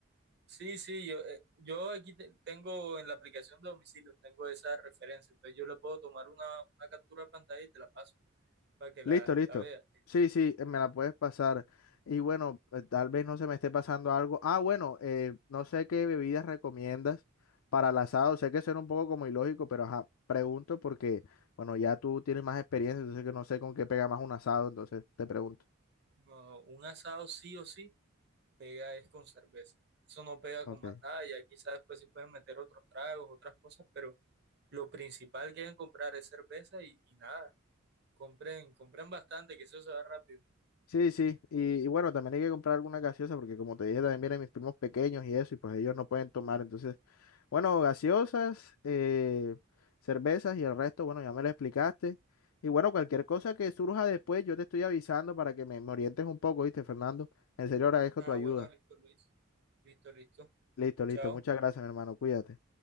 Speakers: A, on the right; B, on the left.
A: Sí, sí, yo, eh, yo aquí te- tengo en la aplicación de domicilio, tengo esa referencia. Entonces yo le puedo tomar una, una captura de pantalla y te la paso para que la,
B: Listo, listo.
A: la veas.
B: Sí, sí, eh, me la puedes pasar. Y bueno, eh, tal vez no se me esté pasando algo. Ah, bueno, eh, no sé qué bebidas recomiendas para el asado. Sé que suena un poco como ilógico, pero ajá, pregunto porque, bueno, ya tú tienes más experiencia, entonces que no sé con qué pega más un asado, entonces te pregunto.
A: No, no, un asado sí o sí pega es con cerveza. Eso no pega
B: Ok.
A: con más nada. Ya quizás después sí pueden meter otros tragos, otras cosas, pero lo principal que deben comprar es cerveza y, y nada. Compren, compren bastante, que eso se va rápido.
B: Sí, sí, y, y bueno, también hay que comprar alguna gaseosa porque como te dije, también vienen mis primos pequeños y eso, y pues ellos no pueden tomar. Entonces, bueno, gaseosas, eh, cervezas y el resto, bueno, ya me lo explicaste. Y bueno, cualquier cosa que surja después, yo te estoy avisando para que me, me orientes un poco, ¿viste, Fernando? En serio, agradezco
A: Ah,
B: tu ayuda.
A: bueno, listo, Luis. Listo, listo.
B: Listo, listo,
A: Chao.
B: muchas gracias, mi hermano, cuídate.